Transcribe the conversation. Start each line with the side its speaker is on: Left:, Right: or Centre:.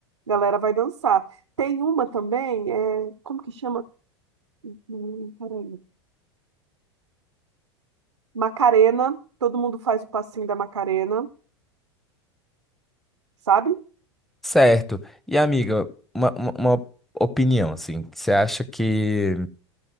Right: Galera vai dançar. Tem uma também, é, como que chama? Hum, peraí. Macarena, todo mundo faz o passinho da Macarena, sabe?
Centre: Certo. E amiga, uma, uma, uma opinião, assim, você acha que